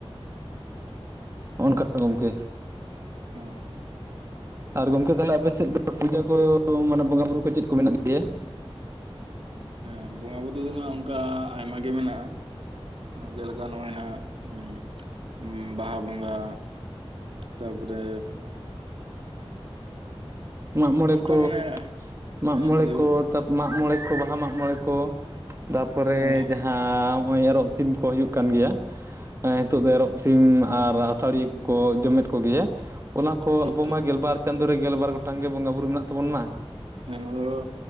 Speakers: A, on the right (about 30°); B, on the right (about 65°).
A: ᱱᱚᱜᱼᱚ ᱱᱚᱝᱠᱟ ᱜᱚᱢᱠᱮ᱾
B: ᱦᱮᱸ ᱦᱮᱸ
A: ᱟᱨ ᱜᱚᱢᱠᱮ ᱛᱟᱦᱚᱞᱮ ᱟᱯᱮ ᱥᱮᱫ ᱯᱩᱡᱟᱹ ᱠᱚ ᱢᱟᱱᱮ ᱵᱚᱸᱜᱟ ᱵᱩᱨᱩ ᱠᱚ ᱪᱮᱫ ᱠᱚ ᱢᱮᱱᱟᱜ ᱜᱮᱭᱟ?
B: ᱦᱮᱸ ᱵᱚᱸᱜᱟ ᱵᱩᱨᱩ ᱫᱚ ᱱᱟᱜ ᱚᱱᱠᱟ ᱟᱭᱢᱟ ᱜᱮ ᱢᱮᱱᱟᱜᱼᱟ, ᱡᱮᱞᱮᱠᱟ ᱱᱚᱜᱼᱚᱭ ᱱᱟᱦᱟᱜ ᱵᱟᱦᱟ ᱵᱚᱸᱜᱟ ᱛᱟᱯᱚᱨᱮ
A: ᱢᱟᱜᱽ ᱢᱚᱬᱮ
B: ᱚᱱᱠᱟ
A: ᱠᱚ
B: ᱢᱟᱱᱮ
A: ᱢᱟᱜᱽ
B: ᱦᱮᱸ
A: ᱢᱚᱬᱮ
B: ᱞᱟᱹᱭ
A: ᱠᱚ
B: ᱵᱤᱱ
A: ᱛᱟ ᱢᱟᱜᱽᱢᱚᱬᱮ ᱠᱚ ᱵᱟᱦᱟ ᱢᱟᱜᱽ ᱢᱚᱬᱮ ᱠᱚ ᱛᱟᱯᱚᱨᱮ
B: ᱦᱮᱸ ᱦᱮᱸ
A: ᱡᱟᱦᱟᱸ ᱚᱸᱭ ᱮᱨᱚᱜ ᱥᱤᱢ ᱠᱚ ᱦᱩᱭᱩᱜ ᱠᱟᱱ ᱜᱮᱭᱟ᱾ ᱮᱸ ᱦᱤᱛᱚᱜ ᱫᱚ ᱮᱨᱚᱜ ᱥᱤᱢ ᱟᱨ ᱟᱥᱟᱲᱤᱭᱟᱹ ᱠᱚᱠᱚ ᱡᱚᱢᱮᱫ ᱠᱚ ᱜᱮᱭᱟ᱾ ᱚᱱᱟ ᱠᱚ
B: ᱴᱷᱤᱠ
A: ᱟᱵᱚ
B: ᱴᱷᱤᱠ
A: ᱢᱟ ᱜᱮᱞᱵᱟᱨ ᱪᱟᱸᱫᱳ ᱨᱮ ᱜᱮᱞᱵᱟᱨ ᱜᱚᱴᱟᱝ ᱜᱮ ᱵᱚᱸᱜᱟ ᱵᱩᱨᱩ ᱢᱮᱱᱟᱜ ᱛᱟᱵᱚᱱ ᱢᱟ ᱾
B: ᱦᱮᱸ ᱱᱚᱣᱟᱫᱚ